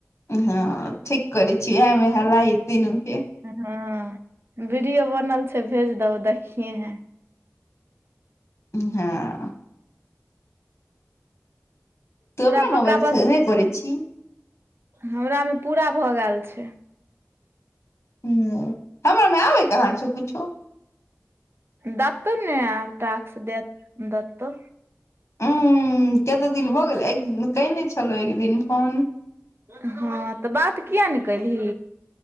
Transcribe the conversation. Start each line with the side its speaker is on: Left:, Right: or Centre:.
Left: हँ ठीक करै छी उएहमे हेल ई तीनूके
Right: हँ वीडियो बनल छै भेज दहो देखियए हे
Left: हँ तू
Right: पूरा
Left: अपना
Right: पक्का
Left: मोबाइल
Right: परड़
Left: से नहि करै छी
Right: हमरा मे पूरा भऽ गेल छै
Left: ह हमर मे आबे कहाँ छ कुछो
Right: देतऽ ने आब ताक दे दतो
Left: उं कते दिन भऽ गेल एक कने छलहु एक दिन फोन
Right: हँ तऽ बात किए नहि केल्हि